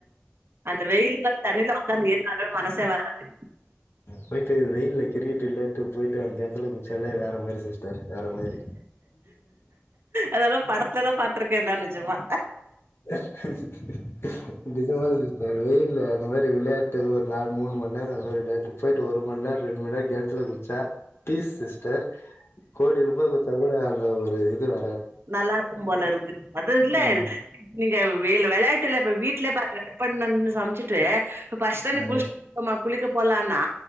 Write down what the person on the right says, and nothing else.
அந்த வெயிலுக்க அந்த தண்ணில உக்காந்து எல்லாருமே மனசே வராது
அதெல்லா படத்துல தா பாத்திருக்கேன்னா நெஜமா
நல்லாருக்கும் போல இருக்குது அது இல்ல
நீங்க வெ விளையாட்டு இல்ல இப்ப வீட்லய பாரு க பண்ணனு சமைச்சுட்டு இப்ப பஸ்ட் தான
குளிமா குளிக்க போலான்னா